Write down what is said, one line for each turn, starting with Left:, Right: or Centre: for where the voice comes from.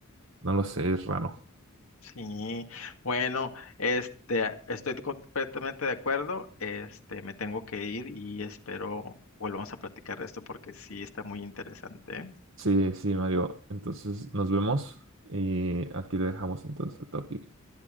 Right: No lo sé, es raro.
Left: Sí. Bueno, este, estoy completamente de acuerdo. Este, me tengo que ir y espero volvamos a platicar de esto porque sí está muy interesante. ¿eh?
Right: Sí, sí, Mario. Entonces nos vemos y aquí le dejamos entonces el topic.